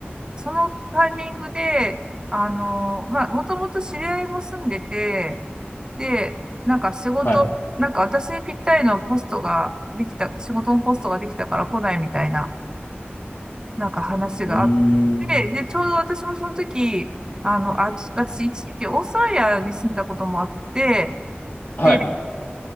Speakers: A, on the right (about 20°); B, on the left (about 60°).
A: そのタイミングで、あの、まあ、もともと知り合いも住んでて、で、なんか仕事、
B: はい。
A: なんか私にぴったりのポストができた、仕事のポストができたから来ないみたいな、なんか話があっ
B: うーん。
A: て、で、ちょうど私もその時、あの、あ、ち私一時期オーストラリアに住んでたこともあって、
B: はい。
A: で、で、